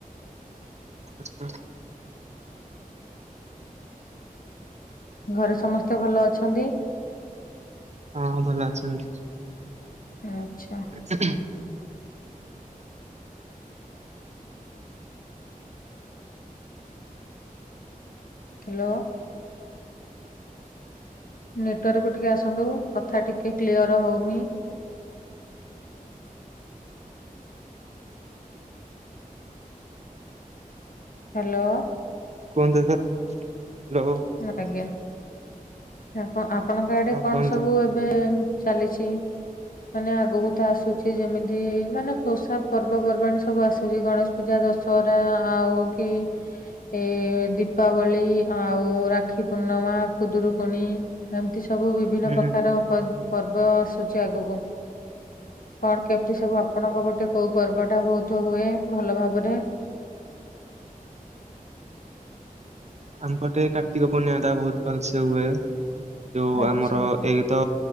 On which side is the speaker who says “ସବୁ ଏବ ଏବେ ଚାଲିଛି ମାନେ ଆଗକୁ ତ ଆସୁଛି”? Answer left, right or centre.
Left